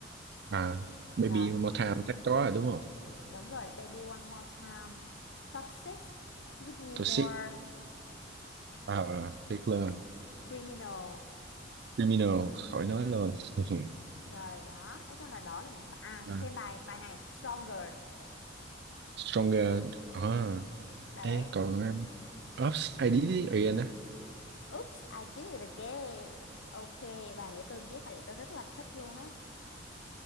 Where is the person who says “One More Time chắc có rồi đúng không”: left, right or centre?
Right